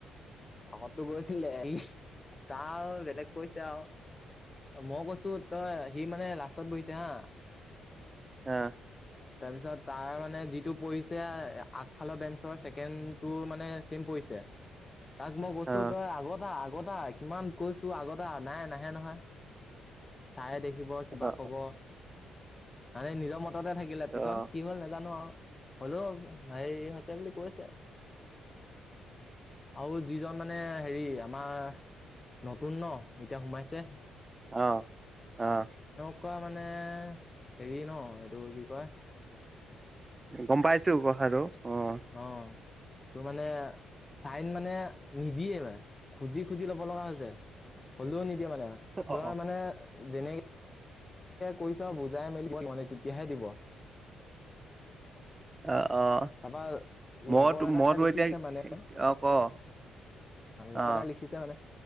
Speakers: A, on the left (about 25°); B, on the right (about 25°).
A: শকতটো গৈছিলে <unintelligible> তাৰ বেলেগ পইছে আও। মই কৈছো- তই সি মানে লাষ্টত বহিছে হা।
B: আহ।
A: তাৰপিছত তাৰ মানে যিটো পৰিঢ়িছে আগফালৰ বেঞ্চৰ ছেকেণ্ডটো মানে চেম পৰিছে।
B: <inaudible>
A: তাক মই কৈছো
B: অ
A: তই আগত আহ। আগতে কিমান কৈছো। আগতে। নাই নাহে নহয়। চাৰে দে থাকিব। কিবা
B: অ
A: ক'ব। মানে নিজৰ মততে থাকিলে।
B: অ
A: পিছত কি হল নাজানো আৰু হলো ভাই হৈছে বুলি কৈছে। আৰু যিজন মানে হেৰি আমাৰ নতুন ন! এতিয়া সোমাইছে।
B: অহ। অহ।
A: এনেকুৱা মানে হেৰি ন, এইটো কি কয়
B: গম পাইছো কথাটো। অ'
A: অ'হ। তোৰ মানে চাইন মানে নিদিয়ে ম খুজি খুজি ল'ব লগা হৈছে। হলেও নিদিয়া মানে, তই
B: অ
A: মানে যেনেকে কৈ চাওঁ বুজাই মেলি মানে তেতিয়াহে দি।
B: অ', অ।
A: তাৰপা
B: মইতো
A: লগৰ এটাই
B: মইতো
A: লিখিছে
B: এতিয়া
A: মানে
B: অ ক অ
A: লগতে
B: অ
A: লিখিছে মানে